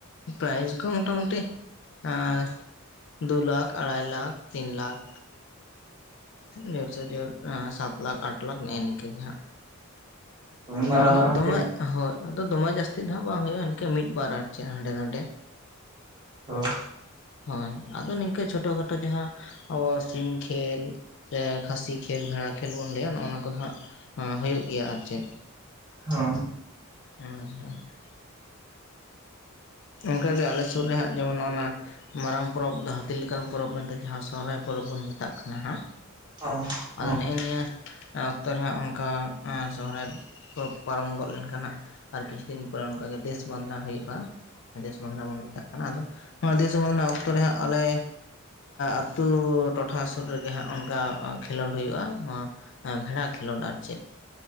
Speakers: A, on the left; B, on the right.
A: ᱯᱨᱟᱭᱤᱡ ᱠᱚ ᱢᱚᱴᱟᱢᱩᱴᱤ ᱟᱸ ᱫᱩ ᱞᱟᱠᱷ ᱟᱲᱟᱭ ᱞᱟᱠᱷ ᱛᱤᱱ ᱞᱟᱠᱷ
B: <inaudible>
A: ᱡᱚᱨ ᱥᱮ ᱡᱚᱨ ᱥᱟᱛ ᱞᱟᱠᱷ ᱟᱴ ᱞᱟᱠᱷ ᱮᱱᱠᱟ ᱜᱮ ᱦᱟᱸᱜ
B: ᱦᱚᱸ ᱢᱟᱨᱟᱝ
A: ᱟᱫᱚ ᱦᱟᱸᱜ
B: ᱢᱟᱨᱟᱝ
A: ᱫᱚᱢᱮ
B: ᱯᱷᱤᱞᱰ
A: ᱦᱳᱭ ᱟᱫᱚ ᱫᱚᱢᱮ ᱡᱟᱹᱥᱛᱤ ᱫᱚ ᱦᱟᱸᱜ ᱵᱟᱝ ᱦᱩᱭᱩᱜᱼᱟ ᱤᱱᱠᱟᱹ ᱢᱤᱫ ᱵᱟᱨ ᱟᱨ ᱪᱮᱫ ᱦᱟᱸᱰᱮ ᱱᱟᱰᱮ
B: ᱚᱸ
A: ᱦᱳᱭ ᱟᱫᱚ ᱱᱤᱝᱠᱟᱹ ᱪᱷᱳᱴᱚ ᱠᱷᱟᱴᱳ ᱡᱟᱦᱟᱸ ᱟᱵᱚ ᱥᱤᱢ ᱠᱷᱮᱞ ᱥᱮ ᱠᱷᱟᱹᱥᱤ ᱠᱷᱮᱞ ᱵᱷᱮᱲᱟ ᱠᱷᱮᱞ ᱵᱚᱱ ᱞᱟᱹᱭᱟ ᱱᱚᱜᱼᱱᱟ ᱠᱚᱫᱚ ᱦᱟᱸᱜ ᱦᱩᱭᱩᱜ ᱜᱮᱭᱟ ᱟᱨ ᱪᱮᱫ
B: ᱦᱚ
A: ᱦᱚ ᱟᱪᱪᱷᱟ ᱟᱪᱷᱟ ᱚᱝᱠᱟᱜᱮ ᱟᱞᱮ ᱥᱩᱨ ᱨᱮᱦᱟᱸᱜ ᱡᱮᱢᱚᱱ ᱱᱚᱜᱱᱟ ᱢᱟᱨᱟᱝ ᱯᱚᱨᱚᱵᱽ ᱫᱚ, ᱦᱟᱹᱛᱤ ᱞᱮᱠᱟᱱ ᱯᱚᱨᱚᱵᱽ ᱢᱮᱱᱛᱮ, ᱡᱟᱦᱟᱸ ᱥᱚᱦᱚᱨᱟᱭ ᱯᱚᱨᱚᱵᱽ ᱵᱚᱱ, ᱢᱮᱛᱟᱜ ᱠᱟᱱᱟ ᱦᱟᱸᱜ,
B: ᱦᱚᱸ ᱦᱚᱸ
A: ᱟᱫᱚ, ᱱᱮᱜᱼᱮ ᱱᱤᱭᱟᱹ, ᱚᱠᱛᱚ ᱨᱮ ᱦᱟᱸᱜ, ᱚᱱᱠᱟ ᱮᱸᱼ ᱥᱚᱦᱨᱟᱭ ᱠᱚ, ᱯᱟᱨᱚᱢ ᱜᱚᱫ ᱞᱮᱱᱠᱷᱟᱱ, ᱟᱨ ᱠᱤᱪᱷᱩ ᱫᱤᱱ ᱯᱚᱨᱮ, ᱚᱱᱠᱟᱜᱮ ᱫᱮᱥ ᱵᱟᱸᱫᱽᱱᱟ, ᱦᱩᱭᱩᱜᱼᱟ ᱾ ᱫᱮᱥ ᱵᱟᱸᱫᱽᱱᱟ ᱵᱚᱱ ᱢᱮᱛᱟᱜ ᱠᱟᱱᱟ ᱾ ᱟᱫᱚ, ᱱᱚᱣᱟ ᱫᱮᱥ ᱵᱟᱸᱫᱽᱱᱟ ᱛᱚ, ᱨᱮ ᱦᱟᱸᱜ, ᱟᱞᱮ ᱟᱹᱛᱩ, ᱴᱚᱴᱷᱟ ᱥᱩᱨ ᱨᱮᱜᱮ ᱦᱟᱸᱜ, ᱚᱱᱠᱟ ᱠᱷᱮᱞᱳᱱᱰ ᱦᱩᱭᱩᱜᱼᱟ, ᱱᱚᱣᱟ, ᱵᱷᱮᱲᱟ ᱠᱷᱮᱞᱳᱰ, ᱟᱨ ᱪᱮᱫ?